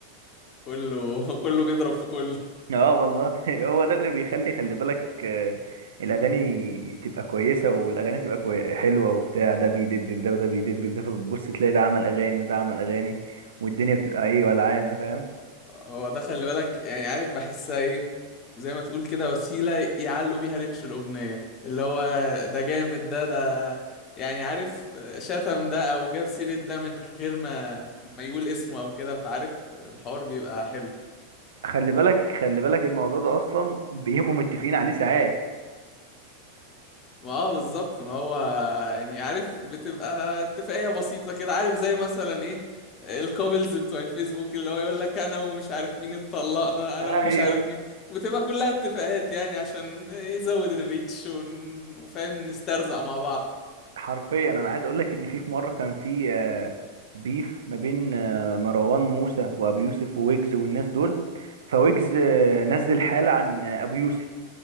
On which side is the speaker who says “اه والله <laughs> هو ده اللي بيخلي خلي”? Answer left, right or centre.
Right